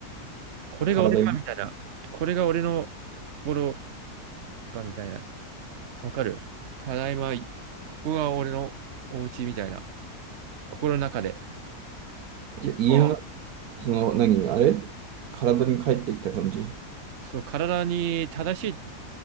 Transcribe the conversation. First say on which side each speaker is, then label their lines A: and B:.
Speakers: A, on the right (about 55°); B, on the right (about 70°).
A: これが俺かみたいな。
B: 体に、
A: これが俺の心かみたいな。わかるただいま、ここが俺のお家みたいな。心の中で。いつも、
B: じゃ家の中、その、何、あれ体に帰ってきた感じ。
A: そう、体に正しい